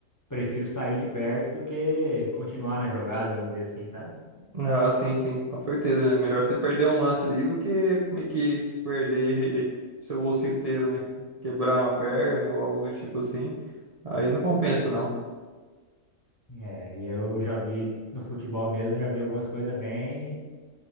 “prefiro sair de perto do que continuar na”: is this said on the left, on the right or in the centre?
Left